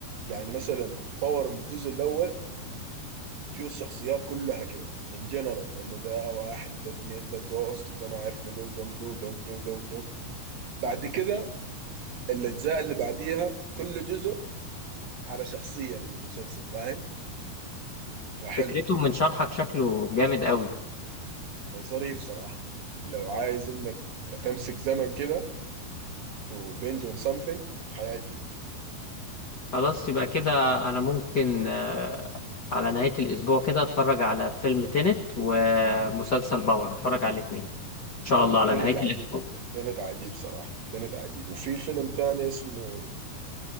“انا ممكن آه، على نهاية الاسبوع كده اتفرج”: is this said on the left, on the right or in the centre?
Left